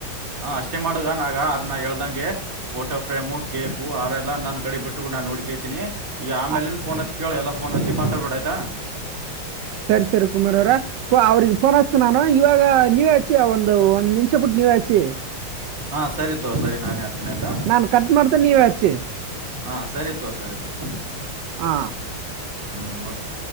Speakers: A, on the right; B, on the right.
A: ಹ ಅಷ್ಟೇ ಮಾಡುವ ನಾಗ ಅದನ್ನ ಹೇಳ್ದಂಗೆ photo frame cake R R. ಎಲ್ಲ ನಂದ ಕಡೆ ಬಿಟ್ಟಬ ಬಿು ನುೋಡ್ಕೇತೀಿ ಈಗ ಆಮೇಲೆ
B: ಅ,
A: ಫೋನ್ ಹಚ್ಿ ಕೇಳ ಎ ಫೋನ್ ಹಚ್ಚಿ ಮಾತಾಬಡ ಆಯತಾ
B: ಸರಿ ಸರಿ ಕುಮಾರ್ ಅವ್ರ ಅವ್ರಿಗೆ ಫೋನ್ ಹಸ್ತ ನಾನು ಇವಾಗ ನೀವೇ ಆ ಒಂದು ಒಂದ್ ನಿಮಿಷ ಪ ಬಿಟ್ಟು ನೀವ ಆಚಿ
A: ಹಾ ಸರಿತೋ ಸರಿ ನಾನೇಸನ ಅಸ್ತೀನಿ ಆಾಯ್ತಾ
B: ನಾನ್ ಕಟ್ ಮಾಡ್ತ ನೀವ ಹಚ್ಚಿ
A: ಹಾ ಸರಿ ತೋ ಸರಿ ಸರಿ
B: ಹಾ
A: ಹ್ಞೂ ಓಕೆ